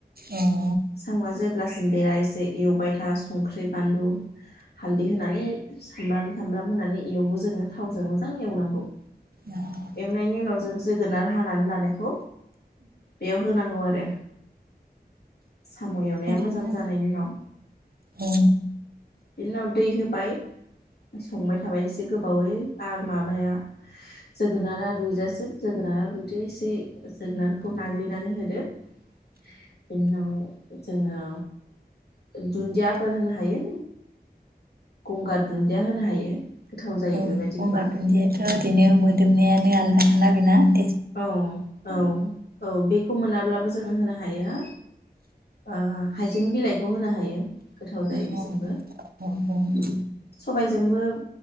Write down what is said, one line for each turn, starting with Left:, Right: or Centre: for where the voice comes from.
Right: अ
Left: साम'आ जेब्लासिम बेरा इ जे एवबाय था संख्रि बानलु हालदै होनानै सामब्राम सामब्राम होनानै एवो जोङो थावजों मोजां एवनांगौ।
Right: <inaudible>
Left: एवनायनि उनाव जों जोगोनार हानानै लानायखौ बेयाव होनांगौ आरो साम' एवनाया
Right: ओरैनो
Left: मोजां जानायनि उनाव
Right: औ
Left: बिनि उनाव दै होबाय संबाय थाबाय एसे गोबावै आरो माबाया जोगोनारा रुइजासिम जोगोनारा रुइदो एसे जोगोनारखौ नाग्लिनानै होदो बिनि उनाव जोङो दुन्दियाफोर होनो हायो गंगार दुन्दिया होनो हायो। गोथाव जायो
Right: औ
Left: बेबायदि
Right: गंगार
Left: होबा
Right: दुन्दियाथ ओरैनो मोदोमनायानो आलदा ना ना
Left: औ औ। औ बे। खौ मोनाब्लाबो जोङो होनो हायो। ओ- हाइजें बिलाइखौ होनो हायो। गोथाव जायो बेजोंबो
Right: अ अ अ
Left: सबायजोंबो।